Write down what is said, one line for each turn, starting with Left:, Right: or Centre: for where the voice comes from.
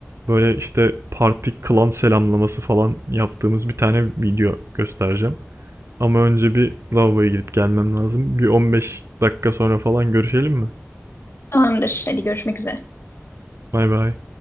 Right: böyle işte parti klan selamlaması falan yaptığımız bir tane video göstereceğim. Ama önce bir lavaboya gidip gelmem lazım. Bir 15 dakika sonra falan görüşelim mi?
Left: Tamamdır. Hadi görüşmek üzere.
Right: Bay bay.